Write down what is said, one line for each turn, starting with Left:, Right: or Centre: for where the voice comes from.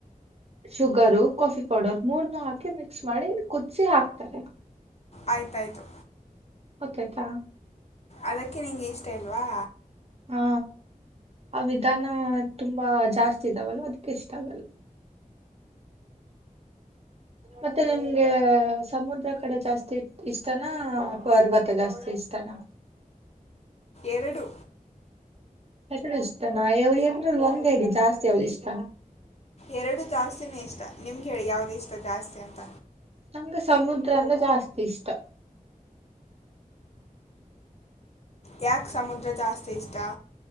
Right: ಶುಗರು ಕಾಫಿ ಪೌಡರ್ ಮೂರನು ಹಾಕಿ ಮಿಕ್ಸ್ ಮಾಡಿ ಕುದಿ ಹಾಕ್ತಾರೆ
Left: ಆಯ್ತಾಯ್ತು
Right: ಗೊತ್ತಾಯ್ತಾ
Left: ಅದಕ್ಕೆ ನಿಂಗೆ ಇಷ್ಟ ಇಲ್ವಾ
Right: ಹಾ ಆ ವಿಧಾನ ತುಂಬಾ ಜಾಸ್ತಿ ಇದಾವಲ್ವಾ ಅದಕ್ಕೆ ಇಷ್ಟ ಆಗಲ್ಲ ಮತ್ತೆ ನಿಮ್ಗೆ ಸಮುದ್ರ ಕಡೆ ಜಾಸ್ತಿ ಇಷ್ಟಾನ ಪರ್ವತ ಜಾಸ್ತಿ ಇಷ್ಟಾನ
Left: ಎರಡು
Right: ಎರಡು ಇಷ್ಟ ನಾ <unintelligible> ಏನ್ ಒಂದ ಹೇಳಿ ಜಾಸ್ತಿ ಇಷ್ಟನಾ
Left: ಎರಡು ಜಾಸ್ತಿನೇ ಇಷ್ಟ ನಿಮ್ಗೆ ಹೇಳಿ ಯಾವ್ದು ಇಷ್ಟ ಜಾಸ್ತಿ ಅಂತ
Right: ನಮ್ಗೆ <unintelligible> ಜಾಸ್ತಿ ಇಷ್ಟ
Left: ಯಾಕೆ ಸಮುದ್ರ ಜಾಸ್ತಿ ಇಷ್ಟ